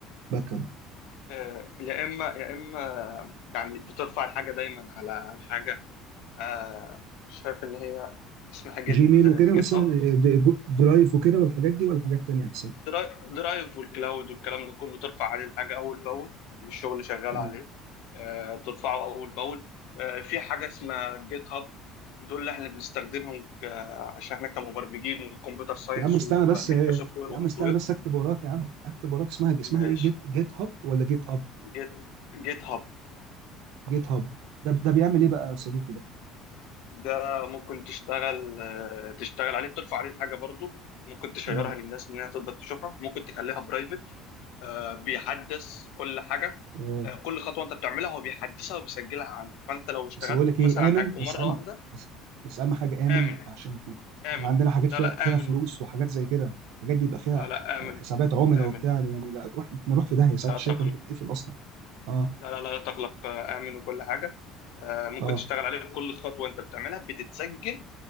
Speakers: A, on the right; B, on the left.
A: باك اب
B: آه، يا اما يا اما يعني بترفع الحاجه دايما على حاجه آه، شايف ان هي اسمها جيت
A: جيميل
B: جيت
A: وكده مثلا
B: هاب
A: د- جو- درايف وكده والحاجات دي ولا حاجات تانية احسن
B: دراي- درايف والكلاود والكلام ده كله ترفع عليه الحاجه اول باول الشغل اللي شغال
A: مم.
B: عليه آه، ترفعه اول باول آه، في حاجه اسمها جيت هاب دول اللي احنا بنستخدمهم ك... عشان احنا كمبرمجين وكمبيوتر ساينس
A: يا عم استنى
B: وفاهمين
A: بس آه،
B: كسوفت وير
A: يا
B: وهاردوير
A: عم استنى بس اكتب وراك يا عم اكتب وراك اسمها اسمها
B: ماشي
A: ايه جيت جيت هاب ولا جيت اب
B: جيت جيت هاب
A: جيت هاب ده ده بيعمل ايه بقى يا صديقي ده
B: ده ممكن تشتغل آه، تشتغل عليه بترفع عليه الحاجه برضو ممكن تشيرها
A: مم.
B: للناس انها تقدر تشوفها ممكن تخليها برايفت آه، بيحدث كل حاجه
A: آه.
B: آه، كل خطوه انت بتعملها هو بيحدثها وبيسجلها عنده فانت لو اشتغلت
A: بس بقول لك ايه
B: مثلا على
A: امن
B: حاجه ومره
A: بس اما
B: واحده
A: بس بس اهم حاجه امن
B: امن
A: عشان احنا
B: امن
A: احنا عندنا حاجات
B: لا
A: فيها
B: لا
A: فيها
B: امن
A: فلوس وحاجات زي كده الحاجات دي يبقى فيها
B: لا لا امن
A: آه، حسابات عملاء
B: امن
A: وبتاع يعني لا روح احنا نروح في داهيه ساعات
B: لا
A: الشركه
B: تقلق
A: ممكن تقفل اصلا اه
B: لا لا لا تقلق آه، امن وكل حاجه آه، ممكن
A: اه
B: تشتغل عليه كل خطوه انت بتعملها بتتسجل